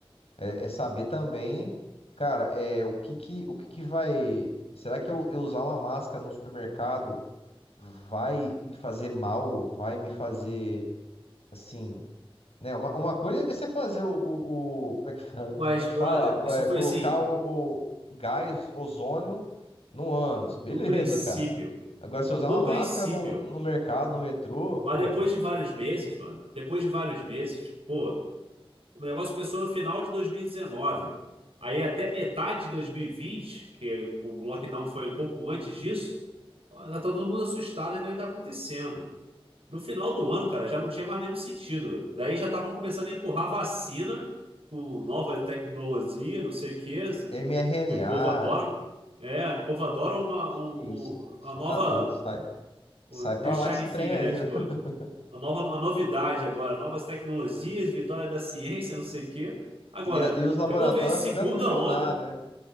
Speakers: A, on the left; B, on the right.
A: é, é saber também, cara, é, o que que, o que que vai, será que eu, eu usar uma máscara no supermercado vai me fazer mal? Vai me fazer, assim né? Uma, uma coisa é você fazer o, o, o- como é que fala?
B: Mas,
A: Como é que
B: brother,
A: fala?
B: isso
A: É,
B: foi
A: colocar
B: assim,
A: o,
B: no,
A: o gás ozônio no ânus. Beleza,
B: no princípio.
A: <laughs> cara. Agora, se eu usar
B: No
A: uma máscara
B: princípio.
A: no, no mercado, no metrô,
B: Mas
A: pô,
B: depois
A: cara,
B: de vários meses, mano, depois de vários meses, pô, o negócio começou no final de 2019. Aí até metade de 2020, que o lockdown foi um pouco antes disso, ó, tá todo mundo assustado, né? O que tá acontecendo? No final do ano, cara, já não tinha mais nenhum sentido. Daí já estavam começando a empurrar vacina com nova tecnologia, não sei o quê,
A: mRNA.
B: que o povo adora. É, o povo adora uma,
A: Que
B: um-
A: que é isso aqui?
B: um-
A: Você
B: a nova
A: tá doido, sai.
B: o
A: Sai
B: New
A: pra
B: Shining
A: lá que esse
B: Thing,
A: trem aí.
B: né? Tipo,
A: <laughs>
B: a nova a novidade agora, novas tecnologias, vitória da ciência, não sei o quê. Agora,
A: E, a- e os laboratórios
B: depois veio segunda
A: ficando milionários,
B: onda.
A: né?